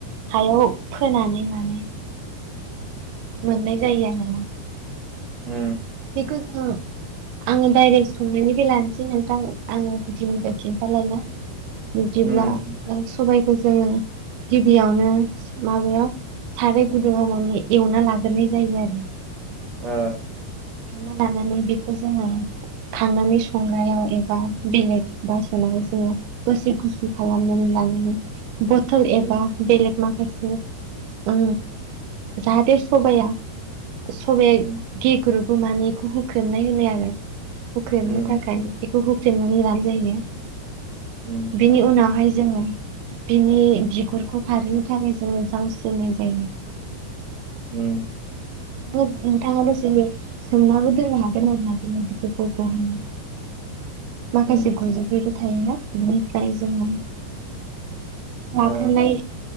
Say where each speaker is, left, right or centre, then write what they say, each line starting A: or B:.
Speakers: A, on the right; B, on the right.
A: हायाव फोनानै माने मोननाय जायो आरो
B: ओ
A: बेखौ जों आंङो डाइरेक्ट संनायनिफ्राय लानोसै नोंथां आङो गुदिनिफ्राय खिन्थालायना बिदिब्ला
B: उम
A: सबाय खौ जोङो गिबियावनो माबायाव साराय गुदुङाव माने एवना लाग्राय जायो आरो
B: ओ
A: एरना लानानै बेखौ जोङो खांनानै संनायाव एबा बेलेग बासाव जोङो दसे गुसु खालामनानै लानानै बथल
B: उम
A: एबा बेलेग माखासे उ जाहाथे सबाइाया सब
B: उम
A: गे ग्रुप बे माने बेखौ होख्रेबनाय होनो आरो हुख्रमनो
B: उम
A: थाखायाय बेखौ <unintelligible>
B: उम
A: बेनि उनावहाय जों बिनि बिगुरखौ खारैनि थाखाय जोङो जावस्रिनाय जायो
B: उम
A: नोंथाङा दसे सोमनाबो दोननो हागोन आरो ना बेनि बिगुरखौ गहोनो। माखासे
B: उम
A: गुजुबि थायोना बिनिफ्राय जोङो लाखांनाय
B: ओ